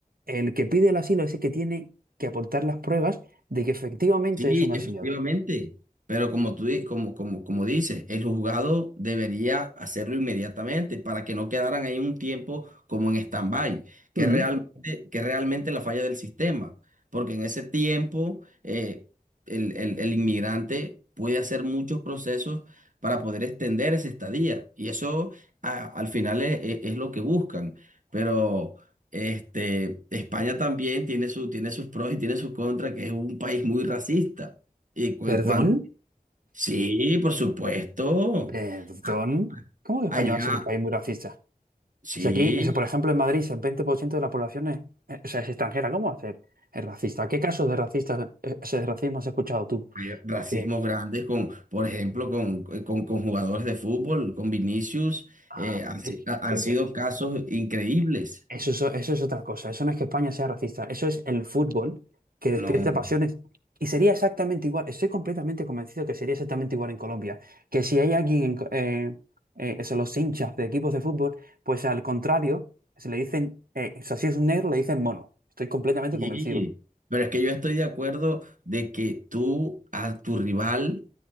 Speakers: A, on the right (about 75°); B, on the right (about 60°).
A: el que pide el asilo, es el que tiene que aportar las pruebas de que efectivamente
B: Sí,
A: es un asilado.
B: efectivamente. Pero como tú, di- como, como, como dices, el juzgado debería hacerlo inmediatamente para que no quedaran ahí un tiempo como en stand-by, que
A: Mm,
B: es realmente, que es realmente la falla del sistema. Porque en ese tiempo eh, el, el- el inmigrante puede hacer muchos procesos para poder extender esa estadía. Y eso a- al final es, es- es lo que buscan. Pero este, España también tiene su, tiene sus pros y tiene sus contras, que es un país muy racista. Y cu-
A: ¿Perdón?
B: en cuanto, sí, por supuesto.
A: Perdón.
B: A-
A: ¿Cómo que España
B: Allá,
A: va a ser un país muy racista?
B: sí,
A: Si aquí, si por ejemplo en Madrid, si el 20% de la población es, eh, o sea, es extranjera, ¿cómo hacer? Es racista. ¿Qué casos de racista, eh, o sea, de racismo has escuchado tú?
B: hay racismos
A: Que,
B: grandes con, por ejemplo, con, eh, con, con jugadores de fútbol, con Vinicius,
A: ah,
B: eh, han, si-
A: eh,
B: ha-
A: tío,
B: han sido
A: pues,
B: casos increíbles.
A: eso, es o- eso es otra cosa. Eso no es que España sea racista. Eso es el fútbol que despierta
B: No,
A: pasiones. Y sería exactamente igual. Estoy completamente convencido que sería exactamente igual en Colombia. Que si hay alguien, en co- eh, eh, eso, los hinchas de equipos de fútbol, pues al contrario, se le dicen, eh, o sea, si es un negro, le dicen mono. Estoy completamente
B: sí.
A: convencido.
B: Pero es que yo estoy de acuerdo de que tú a tu rival